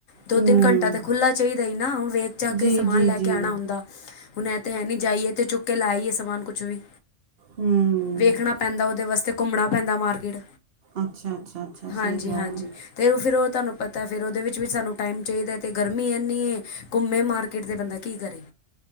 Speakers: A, on the left; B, on the right.
A: ਦੋ
B: ਹੂੰ
A: ਤਿੰਨ ਘੰਟਾ ਤਾਂ ਖੁੱਲ੍ਹਾ ਚਾਹੀਦਾ ਨਾ ਅ ਵੇਖ ਜਾ
B: ਜੀ
A: ਕੇ ਸਮਾਨ
B: ਜੀ
A: ਲੈ
B: ਜੀ
A: ਕੇ ਆਉਣਾ ਹਦਾ ਹੁਣ ਐ ਤਾਂ ਹੈ ਨਹੀਂ ਜਾਈਏ ਅਤੇ ਚੁੱਕ ਕੇ ਲਾਈਏ ਸਮਾਨ ਕੁਛ ਵੀ
B: ਹੂੰ
A: ਵੇਖਣਾ ਪੈਂਦਾ ਉਹਦੇ ਵਾਸਤੇ ਘੁੰਮਣਾ ਪੈਂਦਾ ਮਾਰਕੀਟ
B: ਅੱਛਾ ਅੱਛਾ ਅੱਛਾ ਸਹੀ
A: ਹਾਂਜੀ
B: ਗੱਲ
A: ਹਾਂਜੀ ਤੇਨੂੰ ਫਿਰ ਉਹ ਤੁਹਾਨੂੰ ਪਤਾ ਫਿਰ ਉਹਦੇ ਵਿੱਚ ਵੀ ਸਾਨੂੰ ਟਾਈਮ ਚਾਹੀਦਾ ਅਤੇ ਗਰਮੀ ਇੰਨੀ ਹੈ ਘੁੰਮੇ ਮਾਰਕੀਟ ' ਬੰਦਾ ਕੀ ਕਰੇ